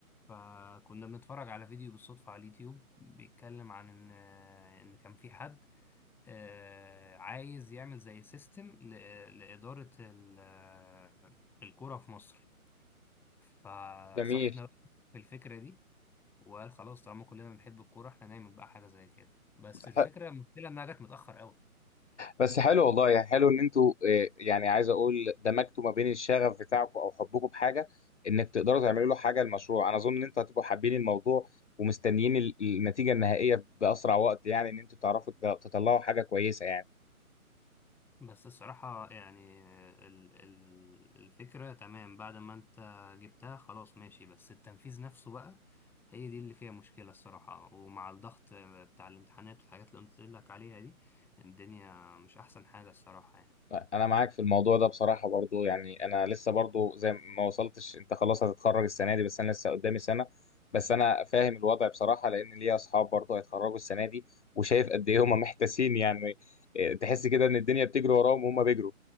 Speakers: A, in the centre; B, on the left (about 50°).
A: فكنا بنتفرج على فيديو بالصدفة على اليوتيوب بيتكلم عن ان ان كان في حد آه، عايز يعمل زي سيستم لإدارة ال- الكورة في مصر فصاحبنا
B: جميل
A: بقى في الفكرة دي وقال خلاص طالما كلنا بنحب الكورة احنا نعمل بقى حاجة زي كده بس الفكرة
B: ح-
A: المشكلة انها جت متأخر قوي
B: بس حلو والله يعني حلو ان انتوا آه، يعني عايز اقول دمجتوا ما بين الشغف بتاعكم او حبكم بحاجه انك تقدروا تعملوا له حاجه المشروع انا اظن ان انتوا هتبقوا حابين الموضوع ومستنيين ال- النتيجه النهائيه باسرع وقت يعني ان انتوا تعرفوا تطلعوا حاجه كويسه يعني
A: بس الصراحة يعني ال ال الفكرة تمام بعد ما انت جبتها خلاص ماشي بس التنفيذ نفسه بقى هي دي اللي فيها مشكلة الصراحة ومع الضغط بتاع الامتحانات والحاجات اللي قلت لك عليها دي الدنيا مش أحسن حاجة الصراحة يعني
B: انا معاك في الموضوع ده بصراحه برضو يعني انا لسه برضو زي ما وصلتش انت خلاص هتتخرج السنه دي بس انا لسه قدامي سنه بس انا فاهم الوضع بصراحه لان ليا اصحاب برضو هيتخرجوا السنه دي وشايف قد ايه هم محتاسين يعني إيه، تحس كده ان الدنيا بتجري وراهم وهم بيجروا